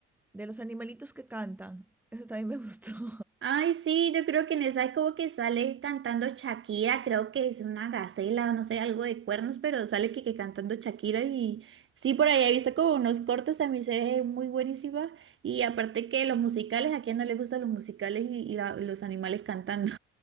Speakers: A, in the centre; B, on the right.
A: de los animalitos que cantan. Esa también me gustó. <laughs>
B: Ay, sí, yo creo que en esa es como que sale cantando Shakira, creo que es una gacela o no sé, algo de cuernos, pero sale que, que cantando Shakira y sí, por ahí he visto como unos cortos, a mí se ve muy buenísima y aparte que los musicales, ¿a quién no le gustan los musicales y, y la- y los animales cantando?